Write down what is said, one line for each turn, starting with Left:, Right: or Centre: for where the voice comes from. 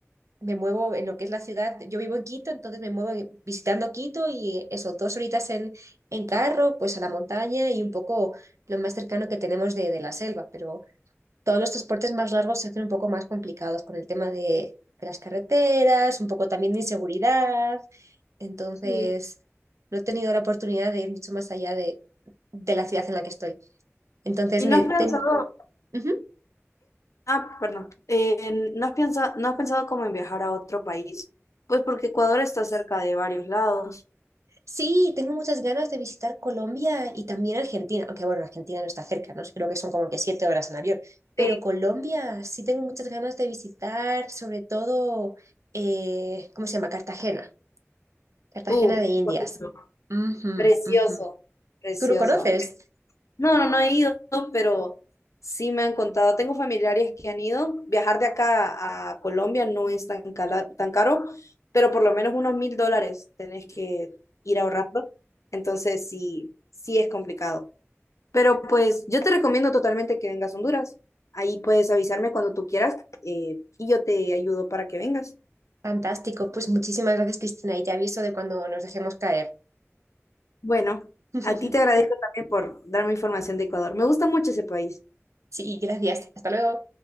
Right: me muevo en lo que es la ciudad. Yo vivo en Quito, entonces me muevo en- visitando Quito y eso, dos horitas en, en carro, pues a la montaña y un poco lo más cercano que tenemos de, de la selva, pero todos los transportes más largos se hacen un poco más complicados con el tema de, de las carreteras, un poco también de inseguridad. Entonces,
Left: Sí.
Right: no he tenido la oportunidad de ir mucho más allá de, de la ciudad en la que estoy. Entonces,
Left: ¿Y
Right: me
Left: no has pensado,
Right: ten- Ujú.
Left: ah, perdón, eh, no has pensado, no has pensado como en viajar a otro país? Pues porque Ecuador está cerca de varios lados.
Right: Sí, tengo muchas ganas de visitar Colombia y también Argentina, aunque bueno, Argentina no está cerca, ¿no? Creo que son como que siete horas en avión, pero
Left: Sí,
Right: Colombia sí tengo muchas ganas de visitar, sobre todo, eh, ¿cómo se llama? Cartagena, Cartagena
Left: Uh,
Right: de Indias.
Left: bonito.
Right: Ujú,
Left: precioso,
Right: ujú.
Left: precioso.
Right: ¿Tú lo conoces?
Left: No, no, no he ido, pero sí me han contado. Tengo familiares que han ido. Viajar de acá a Colombia no es tan cala- tan caro, pero por lo menos unos mil dólares tenés que ir ahorrando. Entonces sí, sí es complicado. Pero pues yo te recomiendo totalmente que vengas a Honduras. Ahí puedes avisarme cuando tú quieras eh, y yo te ayudo para que vengas.
Right: Fantástico. Pues muchísimas gracias, Cristina, y te aviso de cuando nos dejemos caer.
Left: Bueno,
Right: <laughs>
Left: a ti te agradezco también por darme información de Ecuador. Me gusta mucho ese país.
Right: Sí, gracias. Hasta luego.